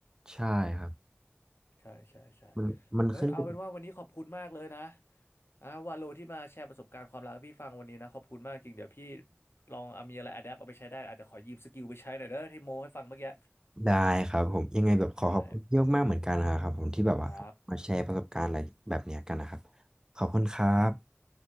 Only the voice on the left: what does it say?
ใช่ใช่ใช่
เอ้ยเอาเป็นว่าวันนี้ขอบคุณมากเลยนะอ่าวาโลที่มาแชร์ประสบการณ์ความรักให้พี่ฟังวันนี้นะขอบคุณมากจริงเดี๋ยวพี่ลองเอามีอะไรอะแดปเอาไปใช้ได้อาจจะขอยืมสกิลไปใช้หน่อยเด้อที่โมให้ฟังเมื่อกี้
ได้ครับ